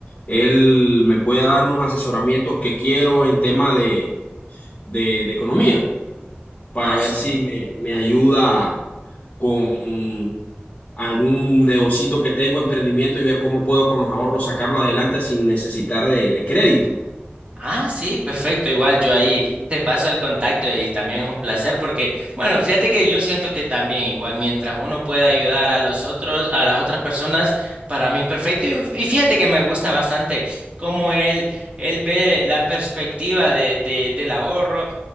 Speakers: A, on the left (about 30°); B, on the right (about 30°).
A: él me pueda dar unos asesoramientos que quiero en tema de, de, de economía, para
B: Ah,
A: ver
B: sí.
A: si me, me ayuda con algún negocito que tengo, emprendimiento y ver cómo puedo con los ahorros sacarlo adelante sin necesitar de, de crédito.
B: Ah, sí, perfecto. Igual yo ahí te paso el contacto y también es un placer porque, bueno, fíjate que yo siento que también igual mientras uno pueda ayudar a los otros, a las otras personas, para mí perfecto. Y, y fíjate que me gusta bastante cómo él, él ve la perspectiva de, de, del ahorro